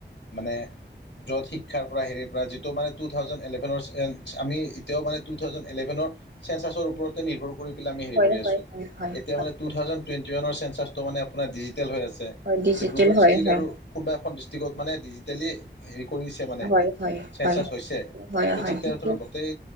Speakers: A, on the left (about 80°); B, on the right (about 85°).
A: মানে য'ত শিক্ষাৰ পৰা, হেৰিৰ পৰা যিটো মানে টু থাউজেণ্ড এলেভেনৰ <unintelligible> আমি এতিয়া মানে টু থাউজেন এলেভেনৰ চেঞ্চাছৰ ওপৰতে নিৰ্ভৰ কৰি পেলাই আমি হেৰি
B: হয়
A: কৰি আছোঁ।
B: হয় হয়
A: এতিয়া
B: হয়
A: মানে টু থাউেণ্ড টুৱেণ্ট ৱানৰ চেঞ্চাছটো মানে আপোনাৰ ডজট হৈ আছে,
B: ডিজিটেল
A: ডিব্ৰুগড় ডিষ্ট্ৰিক
B: হয় হয়
A: আৰু কোনোবা এখন ডিষ্ট্ৰিকত মানে ডিজিটেলি হেৰি কৰিছে মানে এইটো,
B: হয় হয়
A: চেঞ্চাচ
B: হয়
A: হৈছে,
B: সেইটো হয়
A: চ'
B: হয়
A: ঠিক তেনে
B: সেইটো
A: ধৰক গোটেই